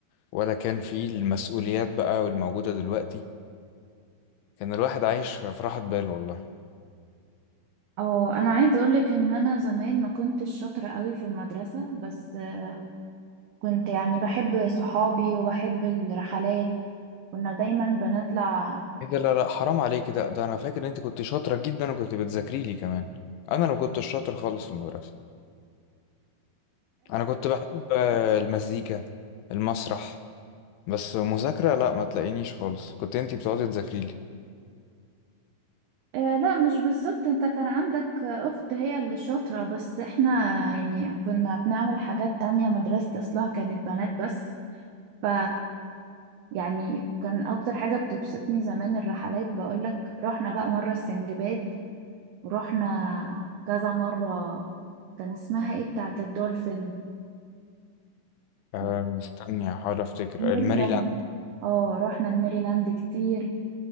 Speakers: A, on the left; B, on the right.
A: ولا كان فيه المسؤوليات بقى والموجودة دلوقتي كان الواحد عايش في راحة بال والله
B: اه انا عايزه اقولك ان انا زمان ما كنتش شاطره قوي في المدرسه بس آه كنت يعني بحب صحابي وبحب الرحلات كنا دايما بنطلع
A: إيه ده لا لا حرام عليك ده ده أنا فاكر إن أنت كنت شاطرة جدا وكنت بتذاكري لي كمان أنا ما كنتش شاطر خالص في المدرسة أنا كنت بحب آه، المزيكا المسرح بس مذاكرة لا ما تلاقينيش خالص كنت أنت بتقعدي تذاكري لي
B: آه لا مش بالظبط انت كان عندك اخت هي اللي شاطرة بس احنا يعني كنا بنعمل حاجات تانية مدرستي اصلها كانت بنات بس ف يعني كان اكتر حاجة بتبسطني زمان الرحلات بقولك رحنا بقى مرة السندباد ورحنا كذا مرة كان اسمها ايه بتاعة الدولفين
A: أه
B: <laughs>
A: استني هحاول افتكر
B: الميريلاند
A: آه، الماريلاند
B: اه رحنا الميريلاند كتير